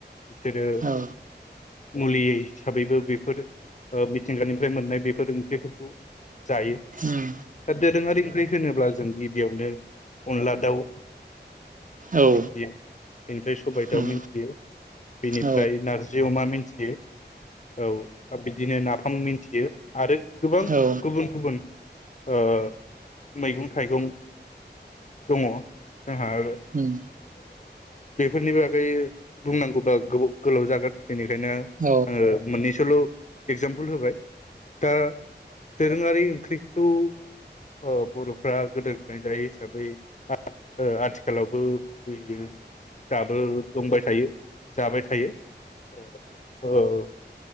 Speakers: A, on the left; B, on the right.
A: बिसोरो
B: औ
A: मुलि हिसाबैबो बेफोर ओ मिथिंगानिफ्राय मोननाय बेफोर ओंख्रिफोरखौ जायो।
B: उम
A: दा दोरोङारि ओंख्रि होनोब्ला जों गिबियावनो अनला दाउ
B: औ
A: मिथियो बेनिफ्राय सबाय दाव
B: उम
A: मिन्थियो। बेनिफ्राय
B: औ
A: नारजि अमा मिन्थियो। औ दा बिदिनो नाफाम मिन्थियो आरो गोबां
B: औ
A: गुबुन गुबुन ओ मैगं थाइगं दङ' जोंहा ओ
B: उम
A: बेफोरनिबो बुंनांगौबा गोबाव गोलाव जागोन बेनिखायनो
B: औ
A: आङो मोननैसोल' एगजामपोल होबाय। दा दोरोङारि ओंख्रिखौ ओ बर'फ्रा गोदोनिफफ्रायनो जायो हिसाबै आ आथिखालावबो होयो दाबो दंबाय थायो, जाबाय थायो। ओ